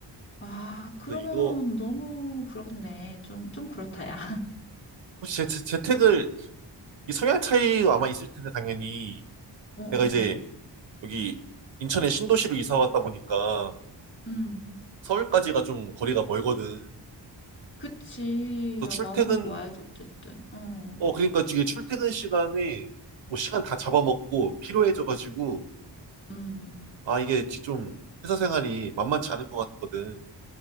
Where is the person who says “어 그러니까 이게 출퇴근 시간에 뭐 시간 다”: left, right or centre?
Right